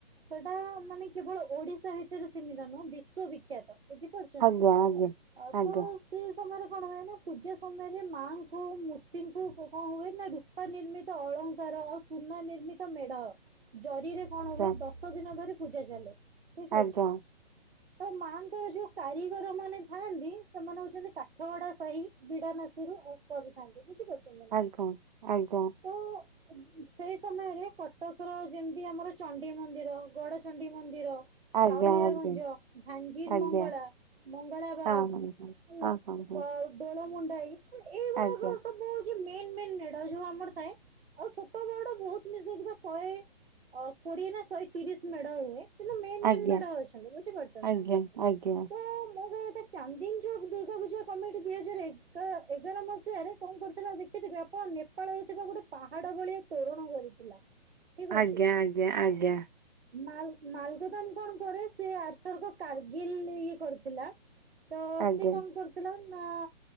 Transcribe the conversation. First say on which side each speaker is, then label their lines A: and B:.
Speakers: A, on the right (about 75°); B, on the right (about 50°).
A: ସେଟା ମାନେ କେବଳ ଓଡିଶା ଭିତରେ ସୀମିତ ନୁହଁ, ବିଶ୍ଵବିଖ୍ୟାତ। ବୁଝିପାରୁଚନ୍ତି
B: ହଁ
A: ନା, ଆଉ
B: ଆଜ୍ଞା
A: ତ ସେଇ ସମୟରେ କଣ ହୁଏ ନା, ପୂଜା ସମୟରେ, ମାଙ୍କୁ ମୂର୍ତ୍ତିଙ୍କୁ କଣ ହୁଏ ନ ରୂପା ନିର୍ମିତ ଅଳଙ୍କାର, ଆଉ ସୁନା ନିର୍ମିତ ମେଢ, ଜରିରେ କଣ
B: ଆଜ୍ଞା
A: ହୁଏ ଦଶ ସାତ ଦିନ ଧରି ପୂଜା ଚାଲେ, ଠିକ୍
B: ଆଜ୍ଞା
A: ଅଛି। ତ ମାଆଙ୍କର ଯୋଉ କାରିଗର ମାନେ ଥାଆନ୍ତି, ସେମାନେ ହଉଛନ୍ତି କାଠଗଡା ସାହି ବିଡାନାସୀରୁ ଆଉ କରିଥାନ୍ତି, ବୁଝିପାରୁଛନ୍ତି ନା?
B: ଆଜ୍ଞା ଆଜ୍ଞା।
A: ତ ସେଇ ସମୟରେ କଟକର ଯେମିତି ଆମର ଚଣ୍ଡୀ ମନ୍ଦିର, ଗଡ଼ଚଣ୍ଡୀ ମନ୍ଦିର
B: ଆଜ୍ଞା
A: ଚାଉଳିଆଗଞ୍ଜ,
B: ଆଜ୍ଞା ଆଜ୍ଞା ଆଜ୍ଞା
A: ଝାଞ୍ଜିର
B: ଆଜ୍ଞା
A: ମଙ୍ଗଳା, ମଙ୍ଗଳାବାଗ
B: ହଁ ହଁ ହଁ
A: ହେଲା
B: ହଁ ହଁ ହଁ
A: ତ ଦୋଳମୁୁଣ୍ଡାଇ, ତ ଏଇଗୁଡାକ
B: ଆଜ୍ଞା
A: ସବୁ ହଉଚି ମେନ ମେନ ମେ ଢ ଯୋଉ ଆମର ଥାଏ, ଆଉ ଛୋଟ ବଡ ବହୁତ ମିଶେଇକି ତ ଶହେ ଅ କୋଡିଏ ନା, ଶହେ ତିରିଶ ମେଢ ହୁଏ। କିନ୍ତୁ ମେନ
B: ଆଜ୍ଞା
A: ମେନ ମେଢ ଅଛନ୍ତି, ବୁଝିପାରୁଛନ୍ତି
B: ଆଜ୍ଞା
A: ନା?
B: ଆଜ୍ଞା।
A: ତ ମୁଁ କହିବା କଥା ଚାନ୍ଦିନୀଚୌକ ଦୁର୍ଗା ପୂଜା କମିଟି ଦୁଇ ହଜାର ଏଗା ଏଗାର ମସିହାରେ କଣ କରିଥିଲା ଦେଖିଥିବେ ଆପଣ ନେ ନେପାଳରେ ଥିବା ଗୋଟେ ପାହାଡ ଭଳିଆ ତୋରଣ କରିଥିଲା। ଠିକ ଅଛି।
B: ଆଜ୍ଞା ଆଜ୍ଞା ଆଜ୍ଞା।
A: ମାଲ ମାଲଗୋଦାମ କଣ କରେ ସେ ଆର ଥରକ କାର୍ଗିଲ ଇଏ କରିଥିଲା। ତ
B: ଆଜ୍ଞା
A: ସିଏ କଣ କରିଥିଲା, ନା